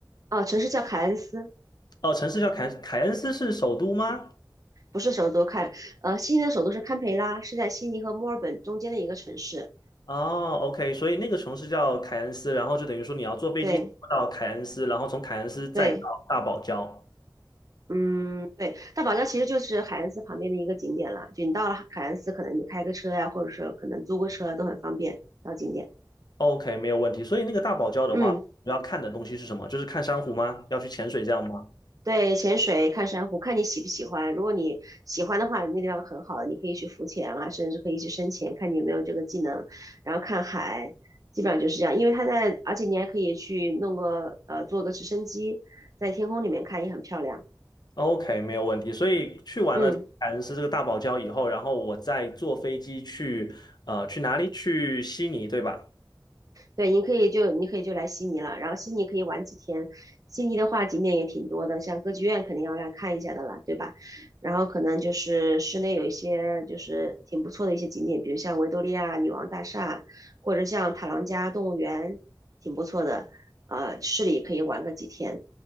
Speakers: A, on the right; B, on the left.
A: 啊，城市叫凯恩斯，
B: 哦，城市叫凯凯恩斯是首都吗？
A: 不是首都看，呃，悉尼的首都是堪培拉，是在悉尼和墨尔本中间的一个城市。
B: 哦，OK，所以那个城市叫凯恩斯，然后就等于说你要坐飞机到凯恩斯，
A: 对
B: 然后从凯恩斯再到大堡礁。
A: 对，嗯，对，大堡礁其实就是海恩斯旁边的一个景点啦。就你到了海恩斯，可能你开个车呀、或者说可能租个车啊都很方便到景点。
B: OK，没有问题。所以那个大堡礁的话，
A: 嗯，
B: 主要看的东西是什么？就是看珊瑚吗？要去潜水这样吗？
A: 对，潜水、看珊瑚，看你喜不喜欢。如果你喜欢的话，那地方很好，你可以去浮潜啊，甚至可以去深潜，看你有没有这个技能。然后看海，基本上就是这样。因为它在，而且你还可以去弄个呃，坐个直升机在天空里面看，也很漂亮。
B: OK，没有问题。所以去完了凯恩斯这个大堡礁以后，
A: 嗯。
B: 然后我再坐飞机去呃去哪里？去悉尼，对吧？
A: 对，你可以就你可以就来悉尼了，然后悉尼可以玩几天。悉尼的话景点也挺多的，像歌剧院肯定要来看一下的啦，对吧？然后可能就是室内有一些就是挺不错的一些景点，比如像维多利亚女王大厦，或者像塔朗加动物园，挺不错的。呃，市里可以玩个几天，